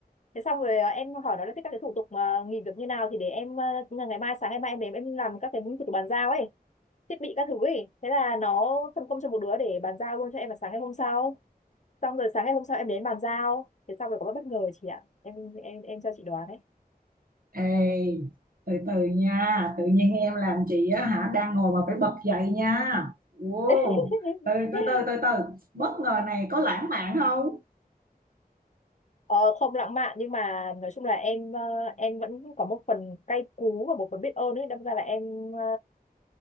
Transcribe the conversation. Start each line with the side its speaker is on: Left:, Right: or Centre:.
Left: thế xong rồi ờ, em hỏi nó là thích các cái thủ tục mà nghỉ việc như nào thì để em ờ, ngày mai sáng ngày mai em đến em làm các cái thủ tục bàn giao ấy thiết bị các thứ ấy thế là nó phân công cho một đứa để bàn giao luôn cho em vào sáng ngày hôm sau xong rồi sáng ngày hôm sau em đến bàn giao thế xong rồi có bất bất ngờ chị ạ em em em cho chị đoán đấy.
Right: Ê từ từ nha Tự nhiên em làm chị á hả Đang ngồi mà phải bật dậy nha Wow.
Left: <laughs>
Right: Từ từ từ từ từ Bất ngờ này có lãng mạn không
Left: Ờ, không lãng mạn nhưng mà nói chung là em ờ, em vẫn có một phần cay cú và một phần biết ơn ấy đâm ra là em ờ,